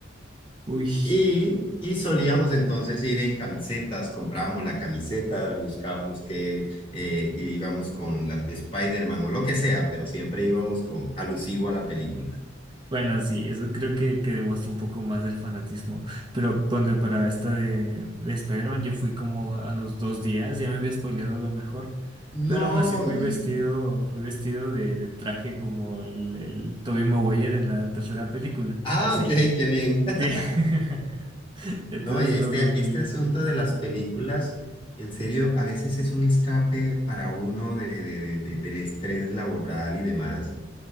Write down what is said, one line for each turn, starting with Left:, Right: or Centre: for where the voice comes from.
Right: Uy.
Left: Y, y solíamos entonces ir en camisetas, comprábamos la camiseta, buscábamos que eh, íbamos con las de Spider-Man o lo que sea, pero siempre íbamos con alusivo a la película.
Right: Bueno, sí, eso creo que, que demuestra un poco más del fanatismo. Pero ponte para esta de, de Spider-Man, yo fui como a los dos días, ya me había spoileado lo mejor. Pero
Left: No,
Right: aún así fui
Left: y-
Right: vestido, fui vestido de, de traje como el, el Tobey Maguire en la tercera película.
Left: ah,
Right: Así.
Left: ok, qué bien. <laughs>
Right: Sí. <laughs> Entonces
Left: No, y este,
Right: lo, lo viví.
Left: este asunto de las películas, en serio, a veces es un escape para uno de, de- de- de- del estrés laboral y demás.